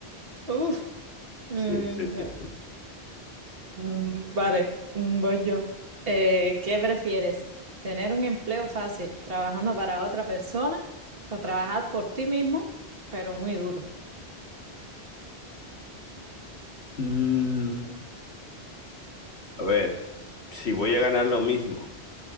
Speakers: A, on the right (about 60°); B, on the left (about 80°).
A: Uf. Eh,
B: Sí, sí, sí,
A: ya.
B: sí.
A: Mm, Vale, mm, voy yo. Eh, ¿qué prefieres? ¿Tener un empleo fácil trabajando para otra persona o trabajar por ti mismo, pero muy duro?
B: Mm, a ver, si voy a ganar lo mismo